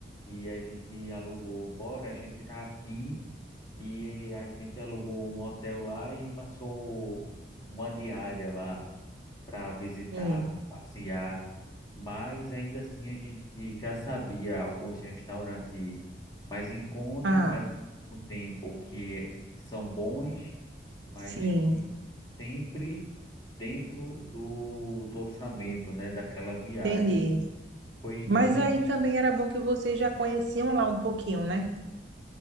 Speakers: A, on the left; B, on the right.
A: e a gente alugou, bora, a gente tá afim e a gente alugou um hotel lá e passou uma diária lá. para visitar,
B: Sim.
A: para passear, mas ainda assim a gente já sabia alguns restaurantes mais em conta,
B: Ah,
A: mas no tempo que são bons, mas
B: sim,
A: que sempre dentro do, do orçamento, né, daquela viagem.
B: entendi.
A: Foi
B: Mas
A: bem,
B: aí também era bom que vocês já conheciam lá um pouquinho, né?